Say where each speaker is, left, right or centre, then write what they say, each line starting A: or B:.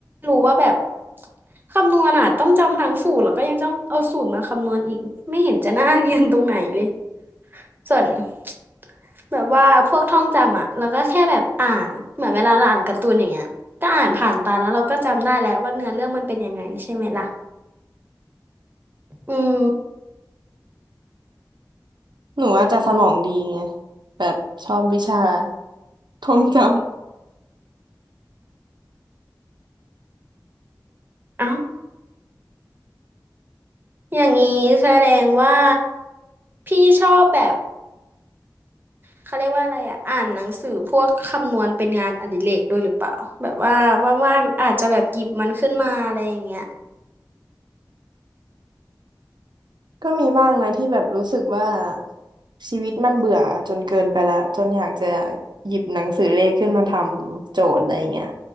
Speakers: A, on the right (about 25°); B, on the right (about 85°).
A: รู้ว่าแบบคำนวณอะต้องจำทั้งสูตรแล้วก็ยังต้องเอาสูตรมาคำนวณอีกไม่เห็นจะน่าเรียนตรงไหนเลย ส่วน <tsk> แบบว่าพวกท่องจำอ่ะเราก็แค่แบบอ่านเหมือนเวลาเราอ่านการ์ตูนอย่างเงี้ยก็อ่านผ่านตาแล้วเราก็จำได้แล้วว่าเนื้อเรื่องมันเป็นยังไงใช่ไหมล่ะอืม
B: หนูอาจจะสมองดีไงแบบชอบวิชาท่องจ
A: เอ้าอย่างนี้แสดงว่าพี่ชอบแบบเขาเรียกว่าอะไรอ่ะอ่านหนังสือพวกคำนวณเป็นงานอดิเรกด้วยหรือเปล่าแบบว่าว่างๆอาจจะแบบหยิบมันขึ้นมาอะไรอย่างเงี้ย
B: ก็มีบ้างนะที่แบบรู้สึกว่าชีวิตมันเบื่อจนเกินไปละจนอยากจะหยิบหนังสือเลขขึ้นมาทำโจทย์อะไรเงี้ย